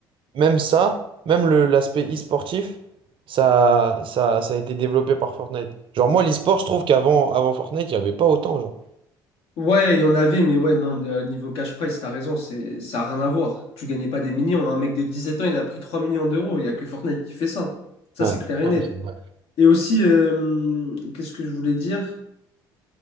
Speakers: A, on the right; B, on the left.
A: même ça, même le, l'aspect e-sportif, ça, ça, ça a été développé par Fortnite. Genre, moi, l'e-sport, je trouve qu'avant avant Fortnite, il n'y avait pas autant, genre.
B: Ouais, il y en avait, mais ouais, non, euh, niveau cash prize, t'as raison, c'est, ça a rien à voir. Tu gagnais pas des millions. Un mec de 17 ans, il a pris 3 millions d'euros. Il y a que Fortnite qui fait ça. Ça,
A: Ouais,
B: c'est clair et
A: ouais,
B: net.
A: c'est vrai.
B: Et aussi, euh, qu'est-ce que je voulais dire?